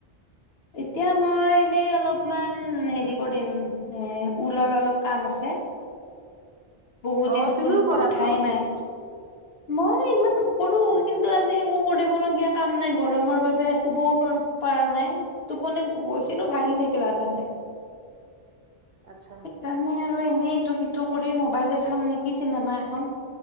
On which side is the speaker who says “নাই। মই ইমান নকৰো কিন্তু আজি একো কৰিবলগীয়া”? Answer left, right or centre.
Left